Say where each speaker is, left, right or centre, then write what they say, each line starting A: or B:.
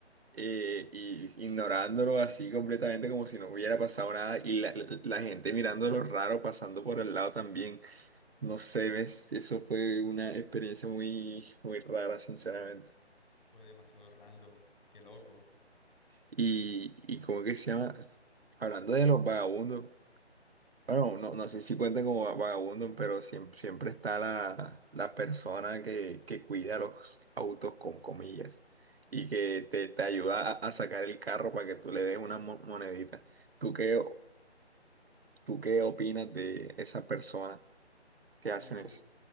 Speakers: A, on the right; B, on the left.
A: eh, y ignorándolo así completamente como si no hubiera pasado nada y la, la- la gente mirándolo raro pasando por al lado también. No sé, ves, eso fue una experiencia muy, muy rara, sinceramente.
B: Fue demasiado random. Qué loco.
A: Y, y como que se llama, hablando de los vagabundos, bueno, no, no sé si cuentan como va- vagabundos, pero siempre, siempre está la, la persona que, que cuida los autos con comillas y que te, te ayuda a, a sacar el carro para que tú le des una mo- monedita. ¿Tú qué, o- tú qué opinas de esa persona que hacen
B: Uh,
A: eso?